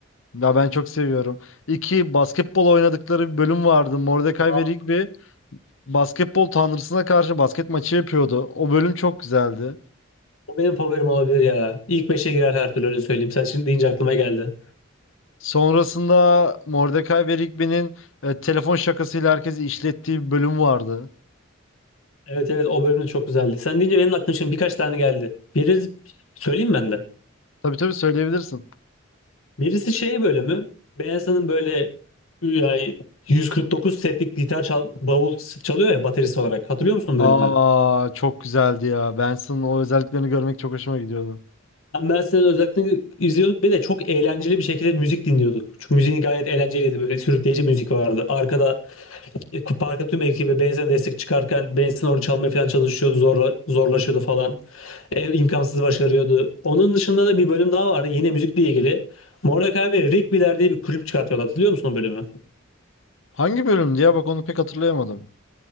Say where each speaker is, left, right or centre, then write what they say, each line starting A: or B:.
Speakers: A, on the left; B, on the left.
A: Ya ben çok seviyorum. İki basketbol oynadıkları bir bölüm vardı. Mordecai
B: Aa,
A: ve Rigby basketbol tanrısına karşı basket maçı yapıyordu. O bölüm çok güzeldi.
B: o benim favorim olabilir ya. İlk beşe girer her türlü öyle söyleyeyim. Sen şimdi deyince aklıma geldi.
A: Sonrasında Mordecai ve Rigby'nin e, telefon şakasıyla herkesi işlettiği bir bölüm vardı.
B: Evet evet o bölüm de çok güzeldi. Sen deyince benim de aklıma şimdi birkaç tane geldi. Biri söyleyeyim ben de.
A: Tabii tabii söyleyebilirsin.
B: Birisi şey bölümü. Beyazı'nın böyle yani 149 setlik gitar çal, bavul çalıyor ya baterist olarak. Hatırlıyor musun
A: Aa
B: bölümü?
A: çok güzeldi ya. Benson o özelliklerini görmek çok hoşuma gidiyordu.
B: Ben Benson'ın özellikle izliyorduk. Bir de çok eğlenceli bir şekilde müzik dinliyorduk. Çünkü müziği gayet eğlenceliydi. Böyle sürükleyici müzik vardı. Arkada e, parka tüm ekibi Benson'a destek çıkarken Benson orada çalmaya falan çalışıyordu. Zorla, zorlaşıyordu falan. E, imkansız başarıyordu. Onun dışında da bir bölüm daha vardı. Yine müzikle ilgili. Mordecai ve Rigby'ler diye bir kulüp çıkartıyorlar. Hatırlıyor musun o bölümü?
A: Hangi bölümdü ya? Bak onu pek hatırlayamadım.